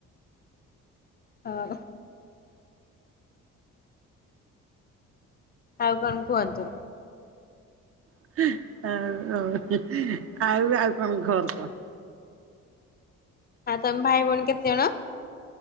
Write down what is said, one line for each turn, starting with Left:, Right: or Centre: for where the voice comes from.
Left: ଓ ହ। ଆଉ କଣ କୁହନ୍ତୁ?
Right: ଆଉ ଆଉ କଣ ଖବର କହ?
Left: ଆଉ ତମେ ଭାଇ ଭଉଣୀ କେତେ ଜଣ?